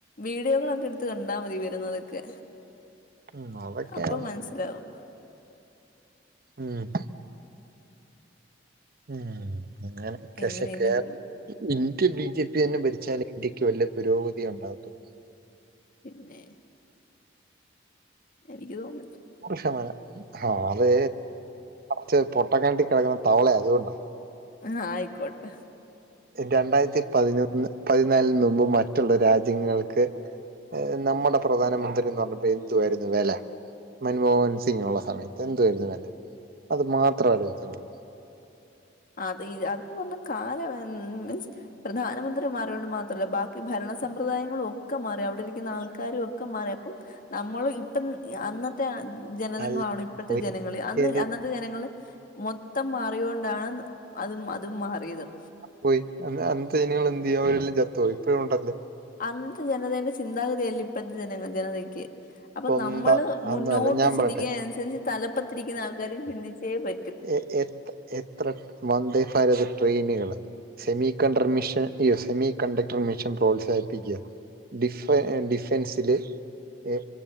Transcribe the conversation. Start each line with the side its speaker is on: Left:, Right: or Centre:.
Left: വീഡിയോകള് ഇട്ത്ത് കണ്ടാ മതി വര്ന്നതൊക്കെ.
Right: ഉം അതൊക്കെയാണ്
Left: അപ്പൊ മനസ്സിലാവും.
Right: ഉം, ഉം അങ്ങനെ കശകേ
Left: എങ്ങനെലും
Right: ഇന്ത്യ ബി. ജെ പി തന്നെ ഭരിച്ചാലെ ഇന്ത്യക്ക് വല്ല്യ പുരോഗതി ഉണ്ടാവത്തൊള്ളു
Left: പിന്നെ എനിക്ക് തോന്ന്ണ്ട്
Right: <unintelligible> ഹാള് ച്ച് പൊട്ടക്കെണറ്റി കെടക്ക്ണ തവളയായത്കൊണ്ടാ
Left: ഹാ ആയ്ക്കോട്ടെ.
Right: രണ്ടായിരത്തി പതിനൊന്ന് പതിനാലിന് മുമ്പ് മറ്റ്ള്ള രാജ്യങ്ങൾക്ക്- ഏഹ് നമ്മുടെ പ്രധാനമന്ത്രീന്ന് പറഞ്ഞപ്പോ എന്തുവായിരുന്നു വെല- മൻമോഹൻ സിങ്ങ്ള്ള സമയത്ത് എന്തുവായിരുന്നു വെല അത് മാത്രം ആലോയ്ച്ചാ മതി-
Left: അത് ഇ അത് ന്ന് പറഞ്ഞ കാല മീൻസ്- പ്രധാനമന്ത്രി മാറിയോണ്ട് മാത്രല്ല ബാക്കി ഭരണ സമ്പ്രദായങ്ങളൊക്ക മാറി അവിടിരിക്കുന്ന ആൾക്കാരു ഒക്ക മാറി അപ്പം- നമ്മളു ഇപ്പൻ ഇ അന്നത്തെ ആഹ് ജനതങ്ങളാണോ
Right: അല്ല
Left: ഇപ്പോഴത്തെ
Right: ഒരിക്കലും
Left: ജനങ്ങള് അന്ന് അന്നത്തെ ജനങ്ങള്- മൊത്തം മാറിയോണ്ടാണെന്ന് അതും അതും മാറിയത്-
Right: പൊയി ഇന്ന് അന്നത്തെ ഇനങ്ങൾ എന്തിയെ അവരെല്ലാം ചത്തൊ ഇപ്പഴും ഒണ്ടല്ലോ-
Left: അന്ന്ത്തെ ജനതേന്റെ ചിന്താഗതിയല്ലിപ്പഴത്തെ ജന ജനതയ്ക്ക്- അപ്പം
Right: കൊന്ത
Left: നമ്മള്
Right: അതൊന്നും
Left: മുന്നോട്ട്
Right: അല്ല ഞാൻ
Left: ചിന്തിക്കന്നനുസരിച്ച്
Right: പറയട്ടെ
Left: തലപ്പത്തിരിക്കുന്ന ആൾക്കാരും ചിന്തിച്ചേ പ
Right: എ എത് എത്ര വന്ദേഭാരത് ട്രെയിന്കള്- സെമി കണ്ടർ മിഷൻ അയ്യോ സെമി കണ്ടക്ടർ മിഷൻ പ്രോത്സാഹിപ്പിക്കുക- ഡിഫെ ഡിഫൻസില് എ